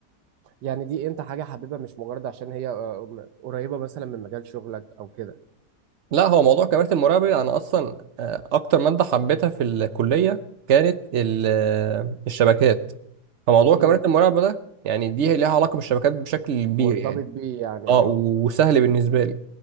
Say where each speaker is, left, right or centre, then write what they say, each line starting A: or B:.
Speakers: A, on the right (about 80°); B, on the right (about 55°).
A: يعني دي انت حاجه حاببها مش مجرد عشان هي آه، قريبه مثلا من مجال شغلك او كده
B: لا هو موضوع كاميرات المراقبة دي انا اصلا آه، اكتر مادة حبيتها في الكلية كانت ال- آه، الشبكات فموضوع
A: امم
B: كاميرات المراقبة ده يعني دي ليها علاقة بالشبكات بشكل كبير
A: مرتبط
B: يعني
A: بيه يعني
B: اه
A: اه
B: و- وسهل بالنسبة لي